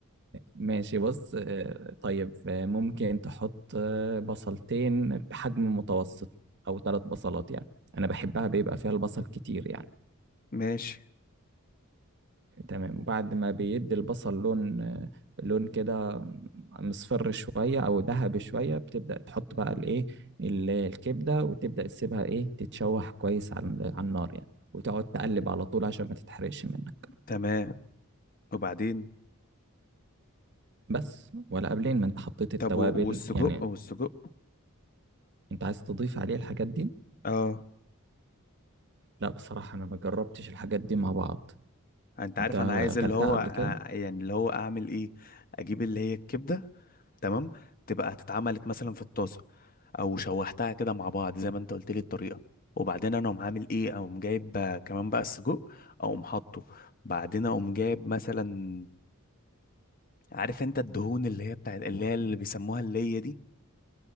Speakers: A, on the right; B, on the left.
A: ماشي بص آه، طيب آه، ممكن تحط آه، بصلتين بحجم متوسط او ثلاث بصلات يعني انا بحبها بيبقى فيها البصل كتير يعني
B: ماشي
A: تمام وبعد ما بيدي البصل لون آه، لون كده مصفر شوية او ذهبي شوية بتبدأ تحط بقى الايه ال- الكبدة وتبدأ تسيبها ايه تتشوح كويس على على النار يعني وتقعد تقلب على طول عشان ما تتحرقش منك
B: تمام وبعدين
A: بس ولا قبلين ما انت حطيت التوابل
B: طب و- والسجق
A: يعني
B: والسجق
A: انت عايز تضيف عليه الحاجات دي
B: اه
A: لا بصراحة أنا ما جربتش الحاجات دي مع بعض
B: انت عارف
A: أنت أكلتها
B: انا عايز اللي هو
A: قبل
B: ع-
A: كده؟
B: يعني اللي هو اعمل ايه اجيب اللي هي الكبدة تمام تبقى اتعملت مثلا في الطاسه او شوحتها كده مع بعض زي ما انت قلت لي الطريقه وبعدين انا اقوم عامل ايه اقوم جايب آه، كمان بقى السجق اقوم حاطه بعدين اقوم جايب مثلا عارف انت الدهون اللي هي بتاعت اللي هي اللي بيسموها اللية دي